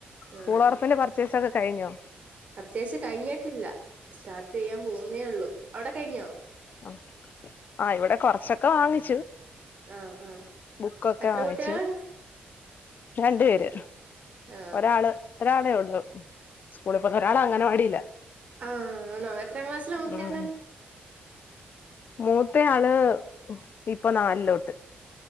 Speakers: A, on the right (about 40°); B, on the left (about 55°).
A: ആ
B: സ്കൂൾ തൊറപ്പിന്റെ പർച്ചേസൊക്കെ കഴിഞ്ഞോ
A: പർച്ചേസ് കഴിഞ്ഞിട്ടില്ല സ്റ്റാർട്ട് ചെയ്യാൻ പോകുന്നേ ഉള്ളൂ അവിടെ കഴിഞ്ഞോ
B: ആഹ് ആഹ് ഇവിടെ കൊറച്ചൊക്കെ വാങ്ങിച്ചു
A: ആ ആ
B: ബുക്കൊക്കെ
A: എത്ര
B: വാങ്ങിച്ചു
A: കുട്ടികളുണ്ട്
B: രണ്ടു പേര്
A: ആ
B: ഒരാള് ഒരാളെ ഉള്ളു സ്കൂളിൽ പോന്ന ഒരാള് അങ്ങനവാടിയിലാ
A: ആഹ് ആണോ എത്രാം ക്ലാസ്ലാ മൂത്ത
B: ഉം
A: ആള്
B: മൂത്തയാള് ഇപ്പൊ നാലിലോട്ട്